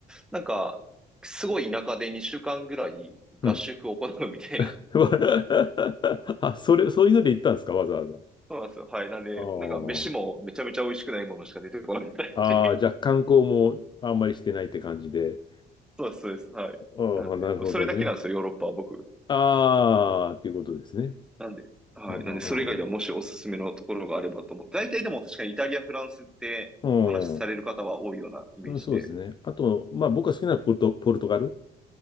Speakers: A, in the centre; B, on the left.
A: なんか、すごい田舎で2週間ぐらい合宿を行うみたいな。
B: うん。<laughs> あ、それ、そういうので行ったんですかわざわざ。
A: <laughs> そうなんですよ。はい。なんで、
B: あ
A: なんか飯もめちゃめちゃ美味しくないものしか出てこないみたいし。
B: あ、ああ、じゃあ観光もあんまりしてないって感じで。
A: <laughs> そうです、そうです。はい。
B: ああ、
A: なんで、
B: なるほどね。
A: それだけなんですよ、ヨーロッパは僕。
B: ああ、っていうことですね。
A: なんで、はい。
B: うんうんうん
A: なんで、それ以外ではもしおすすめのところがあればと思って、大体でも確かにイタリア、フランスってお話しされる方は多いようなイメージで。
B: うんうん、そうですね。あと、まあ僕が好きなのはポルト、ポルトガル。